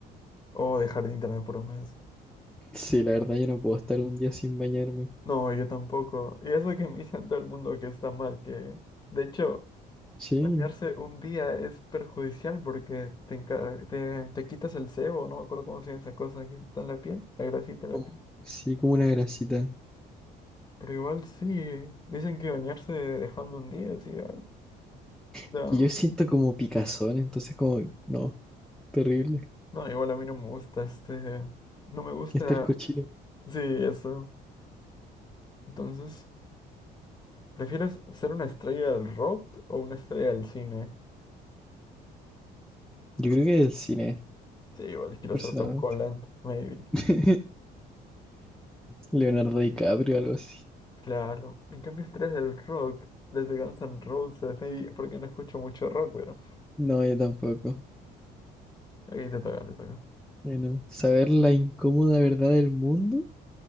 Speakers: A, on the left; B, in the centre.
A: O dejar de internet por un mes.
B: Sí, la verdad yo no puedo estar un día sin bañarme.
A: No, yo tampoco. Y eso que me dicen todo el mundo que está mal, que de hecho...
B: Sí.
A: Bañarse un día es perjudicial porque te, enca- te, te quitas el sebo, no me acuerdo cómo se llama esa cosa que está en la piel, la grasita de
B: como,
A: la piel.
B: sí, como una grasita.
A: Pero igual sí, dicen que bañarse dejando un día, sí. igual. No,
B: Es que yo siento como picazón, entonces como, no, terrible.
A: no, igual a mí no me gusta, este, no me gusta,
B: Estar cochino.
A: sí, eso. Entonces, ¿prefieres ser una estrella del rock o una estrella del cine?
B: Yo creo que del cine,
A: Sí, igual quiero
B: personalmente.
A: ser Tom Holland, maybe.
B: <laughs> Leonardo DiCaprio, algo así.
A: Claro, en cambio estrellas del rock, desde Guns N' Roses, maybe, porque no escucho mucho rock, pero...
B: No, yo tampoco.
A: Ahí te toca, te toca.
B: Bueno, saber la incómoda verdad del mundo